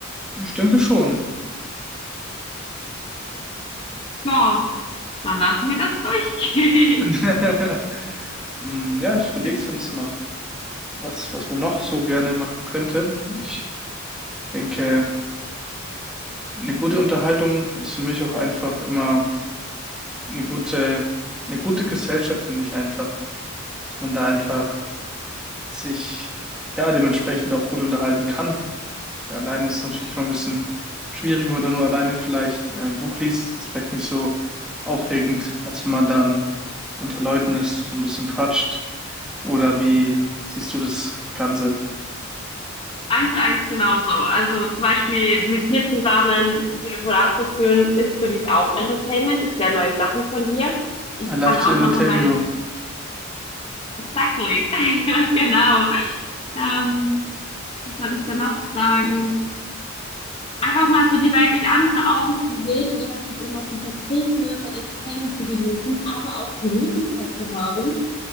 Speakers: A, in the centre; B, on the left (about 25°).
A: Ich denke schon.
B: Ja, dann lassen wir das durchgehen.
A: <laughs> Hm, Ja, ich überlege
B: <laughs>
A: sonst noch, was, was man noch so gerne machen könnte. Ich denke, Eine gute Unterhaltung ist für mich auch einfach immer eine gute, eine gute Gesellschaft, finde ich einfach, dass man da einfach sich ja dementsprechend auch gut unterhalten kann. Alleine ist es natürlich immer ein bisschen schwierig, wenn man da nur alleine vielleicht äh, ein Buch liest, ist vielleicht nicht so aufregend, als wenn man dann unter Leuten ist, so ein bisschen quatscht. Oder wie siehst du das Ganze?
B: Eins zu eins genauso. Also zum Beispiel mit dir zusammen ein Telefonat zu führen, ist für mich auch Entertainment. Ich lerne neue Sachen von dir. Ich
A: I love
B: kann
A: to
B: auch
A: entertain
B: nochmal meine
A: you.
B: Exactly. <laughs> Ja, genau. Ähm, was wollte ich da noch sagen? Einfach mal so die Welt durch andere Augen zu sehen, anstatt sich immer zu verkriechen, ne, sein Entertainment zu genießen, aber auch die Möglichkeit zu haben,